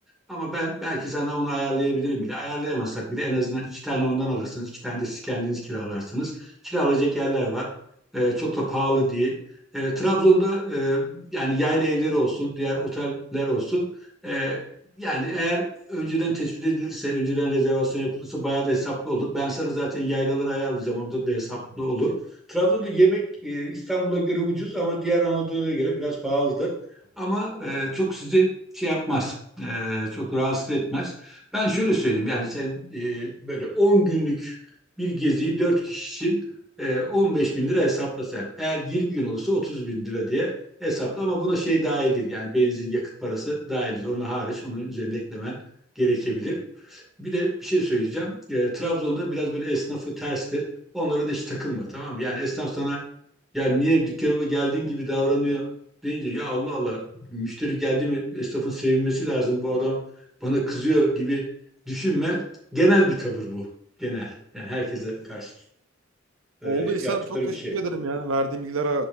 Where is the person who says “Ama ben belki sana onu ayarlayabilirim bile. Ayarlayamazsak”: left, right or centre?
Centre